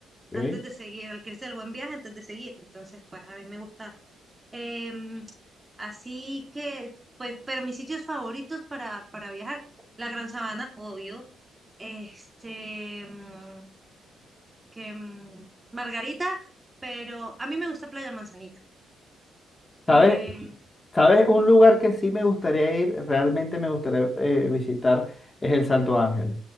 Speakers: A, on the left; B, on the right.
A: ¿ok?
B: antes de seguir, al Cristo del Buen Viaje antes de seguir. Entonces, pues a mí me gusta. Em, así que, pues, pero mis sitios favoritos para, para viajar, la Gran Sabana, obvio, este... mm, que mm, Margarita, pero a mí me gusta Playa Manzanillo.
A: ¿Sabes?
B: Eh,
A: ¿Sabes? Un lugar que sí me gustaría ir, realmente me gustaría eh, visitar, es el Salto Ángel.